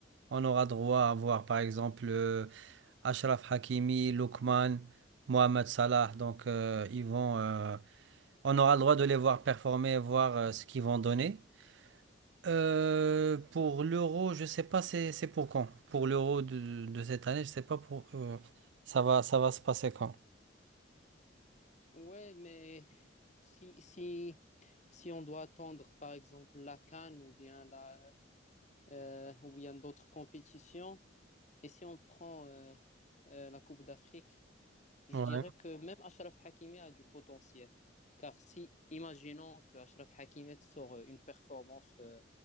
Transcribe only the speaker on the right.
On aura droit à voir par exemple euh, Achraf Hakimi, Lookman, Mohamed Salah. Donc euh, ils vont, euh, on aura le droit de les voir performer, voir euh, ce qu'ils vont donner. Euh, pour l'euro, je sais pas c'est c'est pour quand. Pour l'euro de, de cette année, je sais pas pour euh, ça va ça va se passer quand.
Ouais,